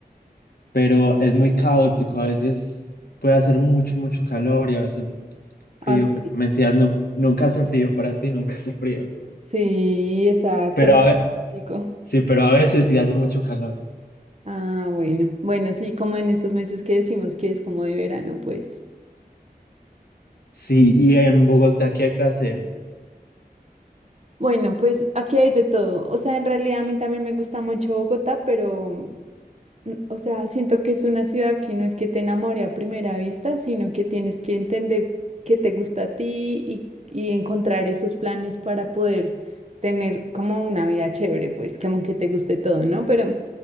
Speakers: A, on the left; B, on the right.
A: pero es muy caótico. A veces puede hacer mucho, mucho calor y a veces frío.
B: ¿Ah, sí?
A: fr- Mentiras, no, nunca hace frío para ti, nunca hace frío.
B: Sí, exacto.
A: Pero a ve-
B: Pico.
A: sí, pero a veces sí hace mucho calor.
B: Ah, bueno. Bueno, sí, como en estos meses que decimos que es como de verano, pues.
A: Sí, y en Bogotá, ¿qué hay que hacer?
B: Bueno, pues aquí hay de todo. O sea, en realidad a mí también me gusta mucho Bogotá, pero, mm, o sea, siento que es una ciudad que no es que te enamore a primera vista, sino que tienes que entender qué te gusta a ti y, y encontrar esos planes para poder tener como una vida chévere, pues, como que te guste todo, ¿no? Pero...